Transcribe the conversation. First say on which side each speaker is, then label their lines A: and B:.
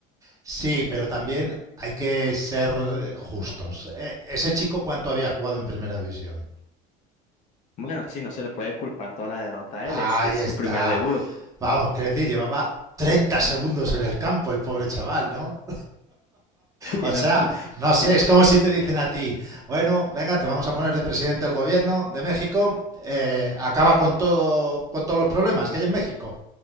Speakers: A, on the right; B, on the left.
A: Sí, pero también hay que ser justos. E- Ese chico, ¿cuánto había jugado en primera división?
B: Bueno, sí, no se le puede culpar toda la derrota
A: Ahí
B: a él, es, es
A: está.
B: su primer debut. <laughs>
A: Vamos, quiero decir, llevaba 30 segundos en el campo el pobre chaval, ¿no?
B: Sí,
A: O sea,
B: ¿no?
A: no sé,
B: Y-
A: es como si te dicen a ti, bueno, venga, te vamos a poner de presidente del gobierno de México, eh, acaba con todo, con todos los problemas que hay en México